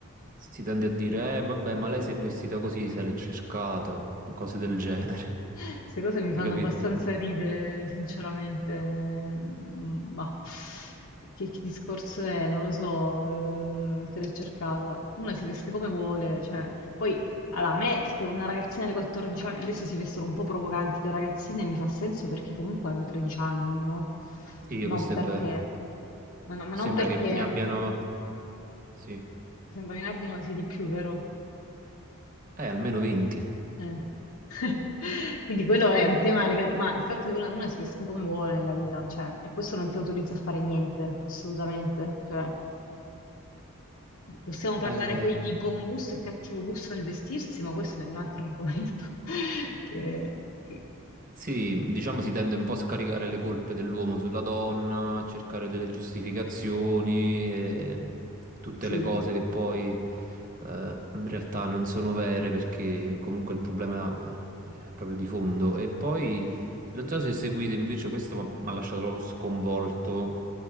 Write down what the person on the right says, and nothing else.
si si tende a dire, eh, vabbè, ma lei si è vestita così, se l'è cercata, cose del genere.
<laughs>
Hai capito?
Sì,
questo
è vero.
Sembra
che ne abbiano, sì,
eh, almeno 20.
Eh,
Sì, diciamo si tende un po' a scaricare le colpe dell'uomo sulla donna, a cercare delle giustificazioni e tutte
le cose che poi eh, in realtà non sono vere perché comunque il problema eh, è proprio di fondo. E poi non so se seguite invece questo, ma mi ha lasciato proprio sconvolto.